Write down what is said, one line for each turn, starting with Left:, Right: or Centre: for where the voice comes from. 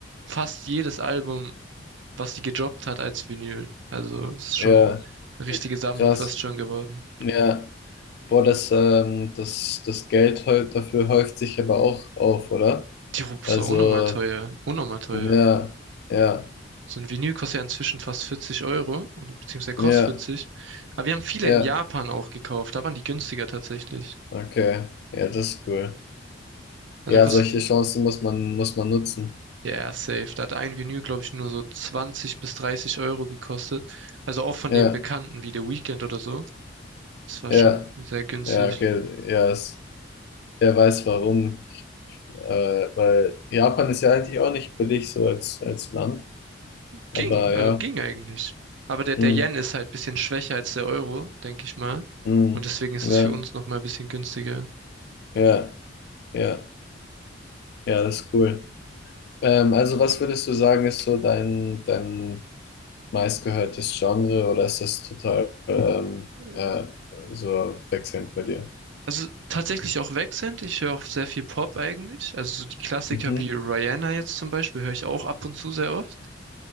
Right: fast jedes Album, was sie gedroppt hat, als Vinyl. Also es ist schon
Left: ja,
Right: eine richtige Sammlung
Left: krass.
Right: fast schon geworden.
Left: Ja, boah, das, ähm, das, das Geld häu- dafür häuft sich aber auch auf, oder?
Right: Die Rubis
Left: Also,
Right: war unnormal teuer, unnormal teuer.
Left: ja, ja,
Right: So ein Vinyl kostet ja inzwischen fast 40 Euro, oder beziehungsweise kostet
Left: ja,
Right: 40. Aber wir haben viele
Left: ja,
Right: in Japan auch gekauft, da waren die günstiger tatsächlich.
Left: okay, ja, das ist cool.
Right: Also
Left: Ja,
Right: da kostet
Left: solche Chancen muss man, muss man nutzen.
Right: Ja, ja, safe. Da hat ein Vinyl, glaube ich, nur so 20 bis 30 Euro gekostet. Also auch von
Left: Ja,
Right: den Bekannten wie The Weeknd oder so. Das war
Left: ja,
Right: schon sehr günstig.
Left: ja, okay, ja, es, wer weiß warum, äh, weil Japan ist ja eigentlich auch nicht billig so als, als Land, aber
Right: Ging, also
Left: ja,
Right: ging eigentlich. Aber der, der
Left: hm,
Right: Yen ist halt bisschen schwächer als der Euro, denke ich mal.
Left: hm,
Right: Und deswegen ist
Left: ja,
Right: es für uns nochmal ein bisschen günstiger.
Left: ja, ja, ja, das ist cool. Ähm, also was würdest du sagen, ist so dein, dein meistgehörtes Genre oder ist das total ähm,
Right: Äh,
Left: äh, so wechselnd bei dir?
Right: Also tatsächlich auch wechselnd. Ich höre auch sehr viel Pop eigentlich. Also so die Klassiker
Left: Mhm.
Right: wie Rihanna jetzt zum Beispiel höre ich auch ab und zu sehr oft.